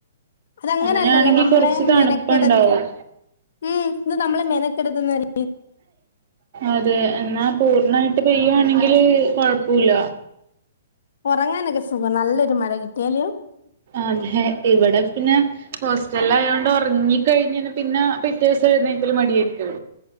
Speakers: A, on the left; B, on the right.
A: അതങ്ങനെല്ലല്ലോ
B: അങ്ങനെയാണെങ്കി
A: നമ്മളെ
B: കുറച്ച് തണുപ്പുണ്ടാവും
A: മെനക്കെടുത്ത് ഉം ഇത് നമ്മളെ മെനക്കെടുത്തുന്നാരി
B: അതെ എന്നാ പൂർണായിട്ട് പെയ്യുവാണെങ്കില് കൊഴപ്പുല്ല
A: ഒറങ്ങാനൊക്കെ സുഖം നല്ലൊരു മഴ കിട്ട്യാല് അല്ല്യോ
B: അതെ ഇവിടെ പിന്നെ ഹോസ്റ്റലിലായോണ്ട് ഒറങ്ങി കഴിഞ്ഞന്നെ പിന്നെ പിറ്റേ ദിവസം എഴുന്നേൽക്കല് മടിയായിരിക്കു